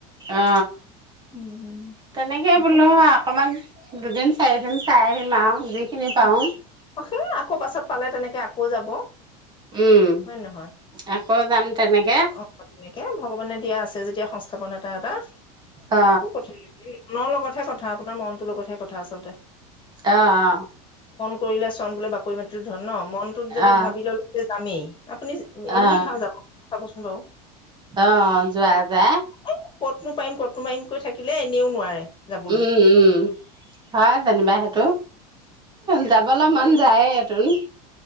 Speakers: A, on the right; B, on the left.
A: অ
B: উম
A: তেনেকে বোলো
B: হয়
A: হ অকমান দুদিন চাৰিদিন চাই আহিম আৰু যিখিনি পাৰো
B: উ সেই আকৌ পাছত পালে তেনেকে আকৌ ক' যাব
A: উম
B: হয় নহয়
A: আকৌ যাম তেনেকে
B: অ তেনেকে ভগৱানে দিয়া আছে যেতিয়াস থাপ নাত এটা এটা
A: অ
B: একো কথা নহয় মনৰ লগত হে কথা আপোনাৰ মনটোৰ লগতহে কথা আচলতে
A: আহ অ
B: ফোন কৰিলে চন বোলে বাকৰি মাটিৰো ধন ন মনটোত যদি
A: অ অ
B: ভাবি ল'লে যে যামেই আপুনি
A: অ
B: এনেই হা যাব কচোন বাৰু
A: অ যোৱা যায়
B: এই ক'তনো পাৰিম ক'তনো পাৰিম কৈ থাকিলে এনেও নোৱাৰে যাবলৈ
A: উম উম হয় জানিবা সেইটো যাবলে
B: হয়
A: মন যায় সেইটোন